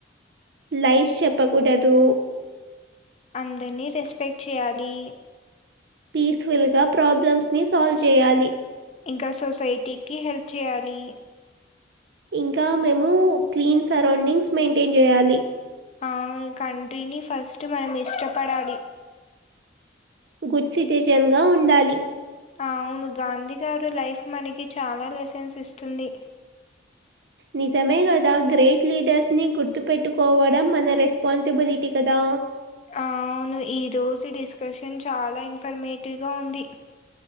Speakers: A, on the right; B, on the left.
A: లైస్ చెప్పకూడదు
B: అందరినీ రెస్పెక్ట్ చేయాలి
A: పీస్ఫుల్ గా ప్రాబ్లమ్స్ ని సాల్వ్ చేయాలి
B: ఇంకా సొసైటీకిి హెల్ప్ చేయాలి
A: ఇంకా మేము క్లీన్ సరౌండింగ్స్ మెయింటైన్ చేయాలి
B: అవును కంట్రీని ఫస్ట్ మనం ఇష్టపడాలి
A: గుడ్ సిటిజన్ గా ఉండాలి
B: అవును గాంధీ గారు లైఫ్ మనకి చాలా లెసన్స్ ఇస్తుంది
A: నిజమే కదా గ్రేట్ లీడర్స్ని గుర్తుపెట్టుకోవడం మన రెస్పాన్సిబిలిటీ కదా
B: అవును ఈ రోజు డిస్కషన్ చాలా ఇన్ఫర్మేటివ్గా ఉంది